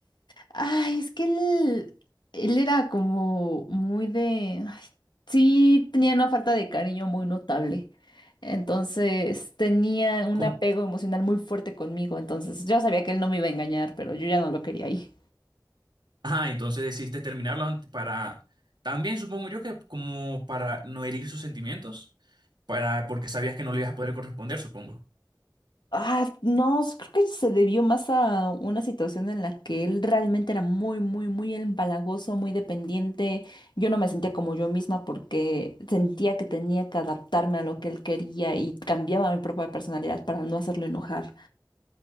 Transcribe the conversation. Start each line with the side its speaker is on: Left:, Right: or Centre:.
Left: Ay, es que él, él era como muy de... ay, sí, tenía una falta de cariño muy notable. Entonces tenía un
Right: ¿Cómo?
Left: apego emocional muy fuerte conmigo. Entonces yo sabía que él no me iba a engañar, pero yo ya no lo quería ahí.
Right: Ah, entonces decidiste terminarlo ant- para también supongo yo que como para no herir sus sentimientos, para porque sabías que no le ibas a poder corresponder, supongo.
Left: Ah, no, s- creo que se debió más a una situación en la que él realmente era muy, muy, muy empalagoso, muy dependiente. Yo no me sentía como yo misma porque sentía que tenía que adaptarme a lo que él quería y cambiaba mi propia personalidad para no hacerlo enojar.